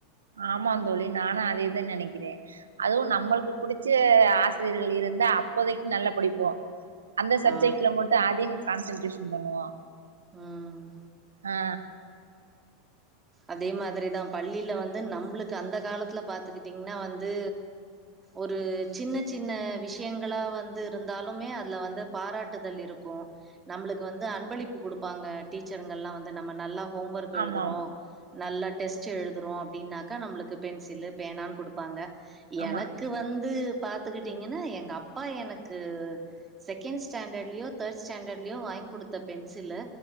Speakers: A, on the right; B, on the right.
A: ஆமாந் தோழி நானு அதேதா நெனைக்கிறே அதுவு நம்மளுக்கு புடிச்ச ஆசிரியர்கள் இருந்தா அப்போதைக்கு நல்லா படிப்போ அந்த சப்ஜெக்ட்ல
B: ஆ
A: மட்டு அதிக கான்சென்ட்ரேஷன் பண்ணுவோ
B: ம்
A: ஆ
B: அதே மாதிரிதா பள்ளில வந்து நம்மளுக்கு அந்த காலத்துல பாத்துக்கிட்டீங்னா வந்து ஒரு சின்ன சின்ன விஷ்யங்களா வந்து இருந்தாலுமே அதுல வந்து பாராட்டுதல் இருக்கு நம்பளுக்கு வந்து அன்பளிப்பு குடுப்பாங்க டீச்சருங்கள்லா வந்து நம்ம நல்லா ஹோம் வொர்க்
A: ஆமா
B: எழுதுறோ நல்லா டெஸ்ட் எழுதுறோ அப்டின்னாக்கா நம்மளுக்கு பென்சிலு பேனான் குடுப்பாங்க
A: ஆமா
B: எனக்கு வந்து பாத்துக்கிட்டீங்கனா எங்கப்பா எனக்கு செகண்ட் ஸ்டாண்டர்ட்லயோ தேர்ட் ஸ்டாண்டர்ட்லயோ வாங்கி குடுத்த பென்சிலு